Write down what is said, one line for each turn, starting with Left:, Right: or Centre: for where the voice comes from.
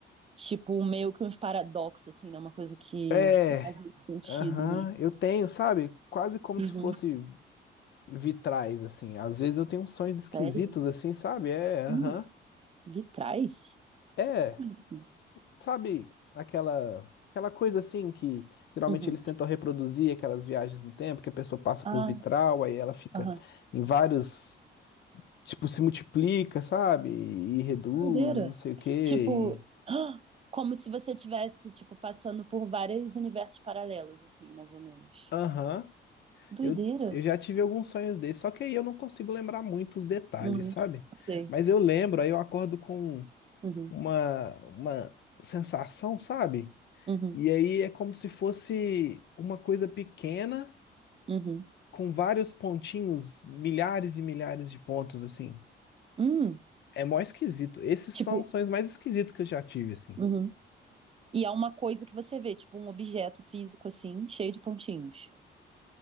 Right: Tipo, meio que uns paradoxos, assim, né? Uma coisa que
Left: É,
Right: não faz muito sentido,
Left: aham,
Right: né?
Left: eu tenho, sabe? Quase como
Right: Uhum.
Left: se fosse vitrais, assim. Às vezes eu tenho uns sonhos esquisitos,
Right: Sério?
Left: assim, sabe? É, aham.
Right: Hum, vitrais?
Left: É,
Right: Como assim?
Left: sabe, aquela, aquela coisa assim que geralmente
Right: Uhum.
Left: eles tentam reproduzir aquelas viagens no tempo, que a pessoa passa
Right: Ah,
Left: por vitral, aí ela fica
Right: aham.
Left: em vários, tipo, se multiplica, sabe? E, e reduz,
Right: Doideira.
Left: e não sei o quê.
Right: Tipo,
Left: E...
Right: como se você tivesse, tipo, passando por vários universos paralelos, assim, mais ou menos.
Left: Aham.
Right: Doideira.
Left: Eu, eu já tive alguns sonhos desses, só que aí eu não consigo lembrar muito os detalhes,
Right: Uhum.
Left: sabe?
Right: Sei.
Left: Mas eu lembro, aí eu acordo com
Right: Uhum.
Left: uma, uma sensação, sabe?
Right: Uhum.
Left: E aí é como se fosse uma coisa pequena
Right: Uhum.
Left: com vários pontinhos, milhares e milhares de pontos, assim.
Right: Hum.
Left: É mó esquisito. Esses são
Right: Tipo.
Left: são os mais esquisitos que eu já tive, assim.
Right: Uhum. E é uma coisa que você vê, tipo um objeto físico assim, cheio de pontinhos.